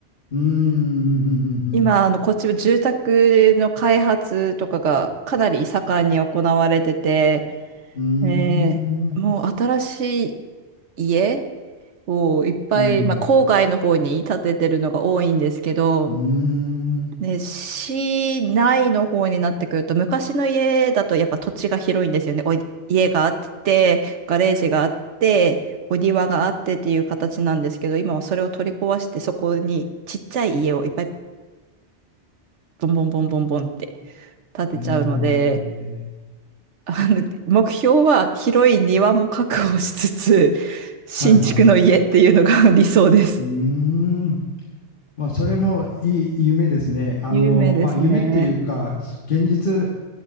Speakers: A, on the left (about 50°); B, on the right (about 80°).
A: うーん、うん、うん、うん、うん
B: 今、あの、こっちは住宅の開発とかがかなり盛んに行われてて、
A: うーん、
B: ねえもう新しい家をいっぱい、
A: うん、
B: まあ、郊外の方に建ててるのが多いんですけど、
A: うーん、
B: ね、市内の方になってくると、昔の家だとやっぱ土地が広いんですよね。おい家があって、ガレージがあって、お庭があってっていう形なんですけど、今はそれを取り壊して、そこにちっちゃい家をいっぱいボンボンボンボンボンって立てちゃうので、
A: えー、
B: あの、目標は広い庭も確保しつつ、<laughs> 新築の家っていうのが
A: はいはい。
B: <laughs> 理想です。
A: うーん、まあ、それもいい夢ですね。あの、
B: 有名ですね。
A: まあ、夢っていうか、現実、